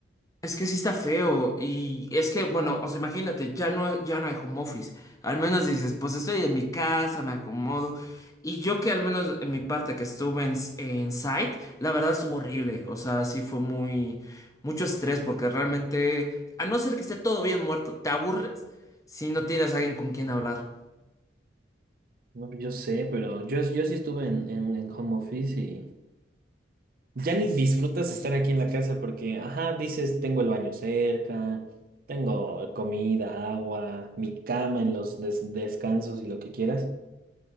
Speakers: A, on the left; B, on the right.
A: Es que sí está feo y es que, bueno, o sea, imagínate, ya no, ya no hay home office. Al menos dices, pues estoy en mi casa, me acomodo. Y yo que al menos en mi parte que estuve en, s- en site, la verdad estuvo horrible. O sea, sí fue muy, mucho estrés porque realmente, a no ser que esté todo bien muerto, te aburres si no tienes a alguien con quien hablar
B: No, pues, yo sé, pero yo, yo sí estuve en, en, en home office y ya ni disfrutas estar aquí en la casa porque, ajá, dices, tengo el baño cerca, tengo comida, agua, mi cama en los des- descansos y lo que quieras.